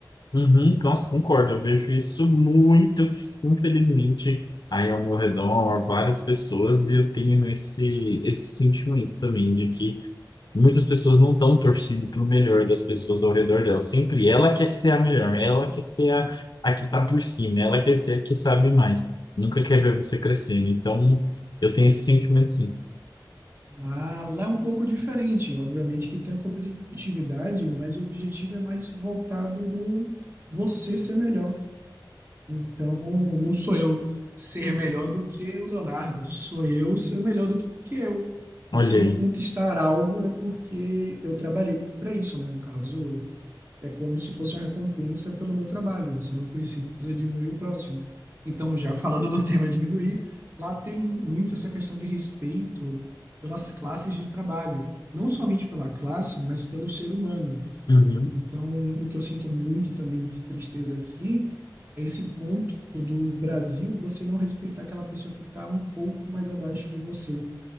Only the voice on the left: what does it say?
Uhum, nossa, concordo. Eu vejo isso muito, infelizmente, aí ao meu redor, várias pessoas, e eu tenho esse, esse sentimento também de que muitas pessoas não estão torcendo pelo melhor das pessoas ao redor dela. Sempre ela quer ser a melhor, ela quer ser a, a que está por cima, ela quer ser a que sabe mais. Nunca quer ver você crescendo. Então, eu tenho esse sentimento sim.
Olha
aí.
Uhum.